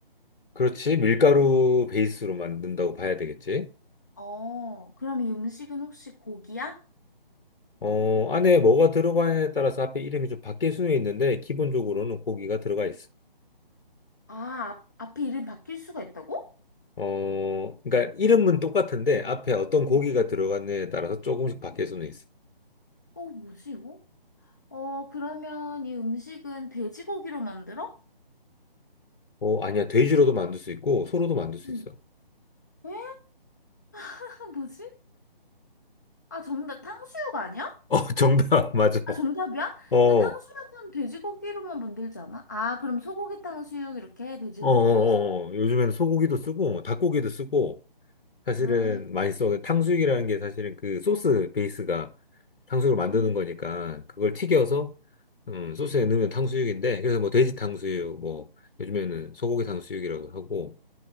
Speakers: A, on the left (about 60°); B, on the left (about 20°).
A: 그렇지. 밀가루 베이스로 만든다고 봐야 되겠지.
B: 어, 그럼 이 음식은 혹시 고기야?
A: 어, 안에 뭐가 들어가냐에 따라서 앞에 이름이 좀 바뀔 수는 있는데, 기본적으로는 고기가 들어가 있어.
B: 아, 앞, 앞에 이름 바뀔 수가 있다고?
A: 어, 그러니까 이름은 똑같은데, 앞에 어떤
B: 음.
A: 고기가 들어갔냐에 따라서 조금씩 바뀔 수는 있어.
B: 어, 뭐지, 이거? 어, 그러면 이 음식은 돼지고기로 만들어?
A: 어, 아니야. 돼지로도 만들 수 있고, 소로도 만들 수
B: 응
A: 있어.
B: 에? <laughs> 뭐지? 아, 정답 탕수육 아니야?
A: 어, 정답, <laughs> 맞아.
B: 아, 정답이야?
A: 어, 어,
B: 야, 탕수육은 돼지고기로만 만들지 않아? 아, 그럼 소고기 탕수육 이렇게 돼지고기
A: 어, 어.
B: 탕수육.
A: 어. 요즘에는 소고기도 쓰고, 닭고기도 쓰고, 사실은
B: 아,
A: 맛있어. 탕수육이라는 게 사실은 그 소스 베이스가 탕수육을 만드는
B: 음.
A: 거니까 그걸 튀겨서 음, 소스에 넣으면 탕수육인데 그래서 뭐 돼지 탕수육 뭐 요즘에는 소고기 탕수육이라고 하고